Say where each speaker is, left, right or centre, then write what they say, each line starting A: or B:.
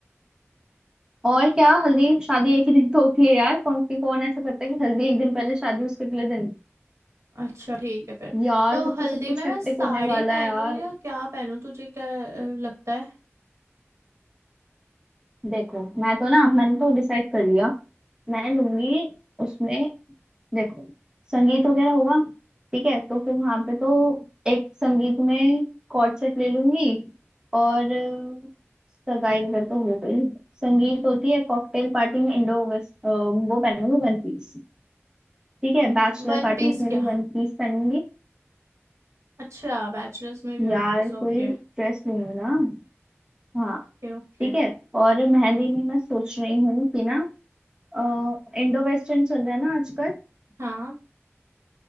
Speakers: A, on the right (about 15°); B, on the right (about 80°).
A: और क्या हल्दी शादी एक ही दिन तो होती है यार कौन सी कौन ऐसा करता है कि हल्दी एक दिन पहले शादी उसके अगले दिन
B: अच्छा ठीक है फिर
A: यार
B: तो
A: फिर
B: हल्दी
A: तो सब कुछ
B: में मैं
A: हेक्टिक
B: साड़ी
A: होने वाला
B: पहनूं
A: है यार
B: या क्या पहनूं तुझे क्या अ, लगता है
A: देखो मैं तो ना मैंने तो डिसाइड कर लिया मैं लूंगी उसमें देखो संगीत वगैरह होगा ठीक है तो फिर वहां पे तो एक संगीत में कॉर्ड सेट ले लूंगी और अ, सगाई वगैरह तो हो गई संगीत होती है कॉकटेल पार्टी में इंडो वेस्ट वो पहनूंगी वन पीस ठीक है बैचलर
B: One
A: पार्टीज
B: piece
A: में
B: क्या
A: भी वन पीस पहनूंगी
B: अच्छा बैचलर्स में भी one
A: यार
B: piece okay
A: कोई ड्रेस लूंगी ना हाँ
B: Okay okay
A: ठीक है और मेहंदी में मैं सोच रही हूँ कि ना इंडो वेस्टर्न चल रहा है ना आजकल
B: हाँ